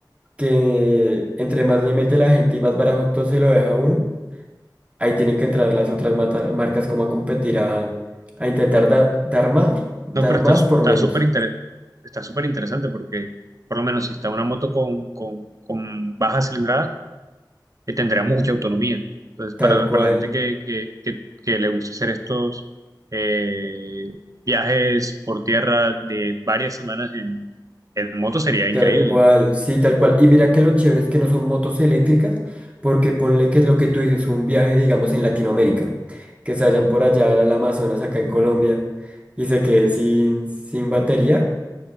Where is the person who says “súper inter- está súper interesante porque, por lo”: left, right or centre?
Right